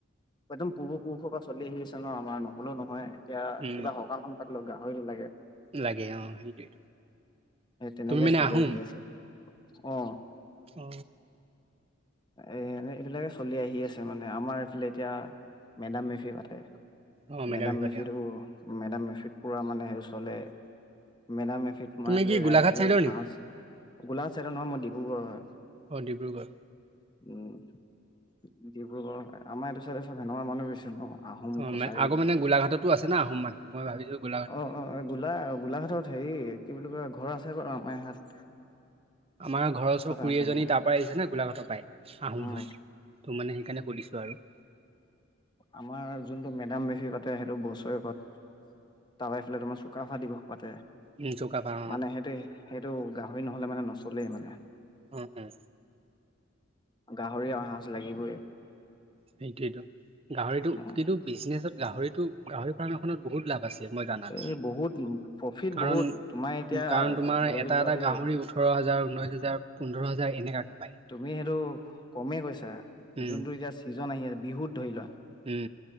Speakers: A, on the left; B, on the right.
A: একদম পূৰ্বপুৰুষৰ পৰা চলি আহি আছে ন আমাৰ নহলেও নহয় এতিয়া
B: উম
A: কিবা সকামখন পাটিলেও গাহৰিটো লাগে।
B: লাগে অ সেইটোৱে
A: সে তেনেকে
B: তুমি মানে
A: চলি
B: আহোম
A: আহি আছে। অ।
B: অ।
A: এ এ এইবিলাকে চলি আহি আছে মানে আমাৰ এইফালে এতিয়া মেদাম মে ফি পাতে
B: অ
A: মেডাম
B: হিকতে
A: মেফিতো
B: অ
A: মেডাম মেফিত পোৰা মানে হেটো চলে মেডাম মেফ ফিত আমাৰ
B: তুমি
A: এইফালে
B: কি গোলাঘাট
A: ৰাইচ বীয়েৰ
B: চাইডৰ
A: সাজ
B: নেকি
A: গোলাঘাত ছাইডৰ নহয় মই ডিব্ৰুগড়ৰ হয়।
B: অ ডিব্ৰুগড়
A: উম ডিব্ৰুগড় আমাৰ এইটো ছাইডে চব হেনকা মানুহে বেছি ন। আহোম
B: অ
A: কছাৰী
B: মা আকৌ মানে গোলাঘাটতো আছে না আহোম মানুহ মই ভাবিছো গোলাঘাটতে
A: অ
B: নেকি
A: অ গোলা গোলাঘাটত হেৰি কি বুলি কয় ঘৰ আছে বাৰু আমাৰ সিয়াত।
B: আমাৰ ঘৰৰ ওচৰ খুৰী
A: আছে
B: এজনী
A: মানে
B: তাৰ পৰা আহিছে ন গোলাঘাটৰ পাই আহোম
A: উম
B: হয় ত' মানে সেইকাৰণে সুধিছো আৰু।
A: আমাৰ যোনটো মেডাম মেফি পাতে সেইটো বছৰেকত। তাৱাইফালে তোমাৰ চুকাফা দিৱস পাতে।
B: উম চুকাফা অ
A: মানে সেইটো সেইটো গাহৰি নহলে মানে নচলেই মানে।
B: উম উম।
A: গাহৰি আৰু সাঁজ লাগিবই।
B: সেইটোয়েটো গাহৰিটো
A: অ
B: কিন্তু বিজনেচত গাহৰিতো গাহৰি ফাৰ্ম এখনত বহুত লাভ আছে। মই জানাত
A: এই বহুত প্ৰফিট
B: কাৰণ
A: বহুত তোমাৰ এতিয়া
B: উম, কাৰণ তোমাৰ
A: ধৰি
B: এটা
A: লোৱা
B: এটা
A: দেই,
B: গাহৰি ওঠৰ হাজাৰ ঊনৈশ হাজাৰ পোন্ধৰ হাজাৰ এনেকাকে পায়
A: তুমি সেইটো কমেই কৈছা
B: উম
A: যোনটো এতিয়া ছিজন আহি আছে বিহুত ধৰি লোৱা,
B: উম